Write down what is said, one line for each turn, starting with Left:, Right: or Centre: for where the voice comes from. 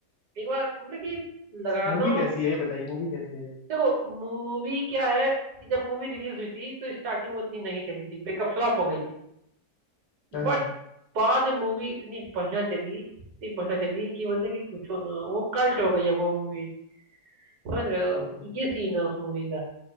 Right: एक बार मतलब कि लगाना
Left: मूवी कैसी है ये बताइए मूवी कैसी है
Right: देखो मूवी क्या है जब मूवी रिलीज हुई थी तो स्टार्टिंग में उतनी नहीं चली थी बेकफ्लॉप हो गई थी
Left: हाँ हाँ
Right: बट बाद में मूवी इतनी बढ़िया चली इतनी बढ़िया चली कि मतलब कि पूछो ना वो कल्ट हो गई है वो मूवी समझ रहे हो
Left: हम्म।
Right: ये सीन है उस मूवी का